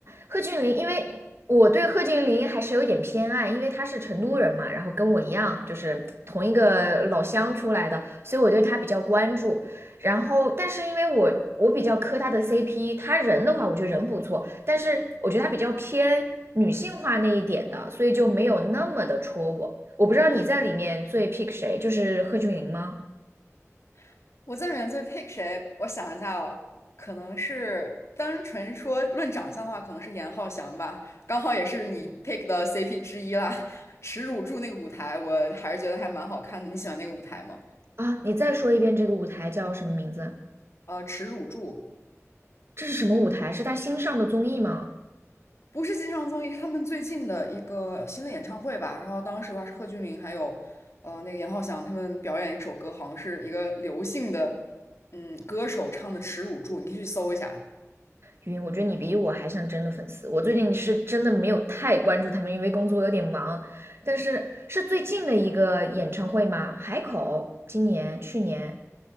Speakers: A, on the right; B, on the left.
A: 贺峻霖，因为我对贺峻霖还是有一点偏爱，因为他是成都人嘛，然后跟我一样，就是同一个老乡出来的，所以我对他比较关注。然后，但是因为我我比较磕他的 CP，他人的话，我觉得人不错，但是我觉得他比较偏女性化那一点的，所以就没有那么的戳我。我不知道你在里面最 pick 谁，就是贺峻霖吗？
B: <laughs> 我在里面最 pick 谁？我想一下哦，可能是单纯说论长相的话，可能是严浩翔吧，刚好也是你 pick 的 CP 之一啦。<laughs> 耻辱柱那个舞台，我还是觉得还蛮好看的。你喜欢那个舞台吗？
A: 啊，你再说一遍这个舞台叫什么名字？
B: 呃，耻辱柱。
A: 这是什么舞台？是他新上的综艺吗？
B: 不是新上综艺，是他们最近的一个新的演唱会吧。然后当时的话是贺峻霖还有呃那个严浩翔他们表演一首歌，好像是一个刘姓的嗯歌手唱的《耻辱柱》，你可以去搜一下。
A: 晕，我觉得你比我还像真的粉丝。我最近是真的没有太关注他们，因为工作有点忙。但是是最近的一个演唱会吗？海口今年、去年